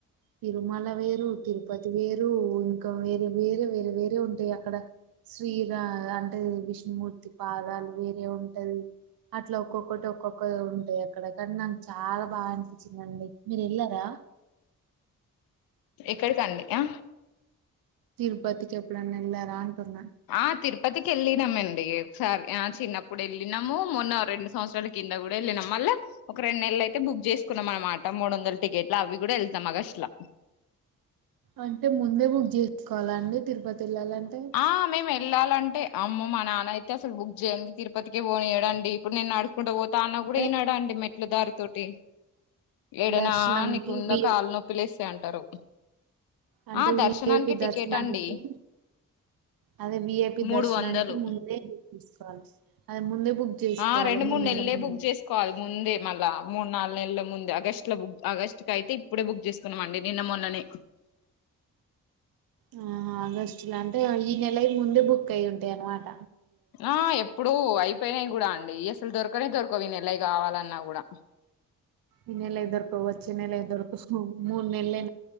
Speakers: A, on the right (about 80°); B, on the left (about 80°).
A: తిరుమల వేరు తిరుపతి వేరు ఇంకా వేరే వేరే వేరే వేరే ఉంటాయి అక్కడ సిరా అంటే విష్ణుమూర్తి పాదాలు వేరే ఉంటది అట్లా ఒక్కొక్కటి ఒక్కొక్క ఏ ఎక్కడకన్నా నాకు చాలా బాగా నచిందండి మీరు ఎల్లారా
B: ఎక్కడికండి ఆ
A: తిరుపతికి ఎప్పుడైనా వేల్లారా అంటున్నా
B: ఆ తిరుపతికి వెళ్ళినామ అండి ఒకసారి ఆ చిన్నప్పుడు వెళ్ళినాము మొన్న రెండు సంవత్సరాల కింద కూడా వెళ్ళినాం మళ్ళా ఒక రెండు నెలలు అయితే బుక్ చేసుకున్నాం అనమాట మూడు వందల టికెట్లు అవి కూడా వెళ్తాం ఆగస్ట్లా
A: అంటే ముందే బుక్ చేసుకోవాలండి తిరుపతి వేల్లాలంటే
B: ఆ మేము వెళ్ళాలంటే అమ్మో మా నాన్న అయితే అసలు బుక్ చేయంది తిరుపతికే పోనియడండి ఇప్పుడు నేను నడు కుడా పోతాన్న
A: అంటే
B: కూడా ఈనడండి మెట్ల దారీ తోటి ఏడైనా
A: దర్శనంకి
B: నీకుందాక కాళ్లు నొప్పిలేస్త అంతే అంటారు
A: అంటే
B: ఆ
A: విఐపి
B: దర్శనానికి టికెట్
A: దర్శనానికి
B: అండి
A: అదే విఐపి
B: మూడు
A: దర్శనానికి
B: వందలు
A: ముందే బుక్ తీసుకోవాలి అదే ముందే బుక్ చేసుకోవాలి
B: ఆ రెండు
A: మూడు నెల్ల
B: నెలలే
A: ముందు
B: బుక్ చేసుకోవాలి ముందే మళ్ళా మూడు నాలుగు నెలల ముందే ఆగస్టు లో బుక్ ఆగస్టు కయితే ఇప్పుడే బుక్ చేసుకున్నాంమండి నిన్న మొన్ననే
A: ఆ ఆగస్టు లా అంటే ఈ నెల ముందే బుక్ అయి్య ఉంటాయి అనమాట
B: ఆ ఎప్పుడో అయిపోయానాయి కూడా అండి ఈ అసలు దొరకనే దొరక కోవి నెలవి కావాలన్నా కూడా
A: ఈ నెల దొరక్క పోవచ్చు వచ్చే నెల దొరక సామి మూన్నెలయింది